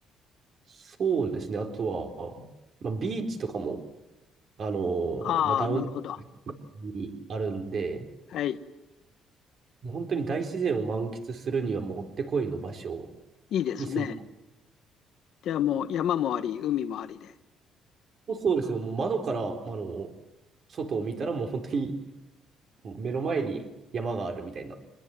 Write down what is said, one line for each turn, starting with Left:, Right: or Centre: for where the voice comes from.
Right: そうですね、あとは、まあ、ビーチとかも、あの、
Left: ああ、
Right: まあ、ダウンタウ
Left: なるほど。
Right: ンにあるんで、
Left: はい。
Right: もう本当に大自然を満喫するにはもってこいの場所
Left: いいですね。
Right: に住んで
Left: じゃあもう山もあり、海もありで。
Right: もうそうですね。もう窓から、あの、外を見たらもう本当にもう目の前に山があるみたいな。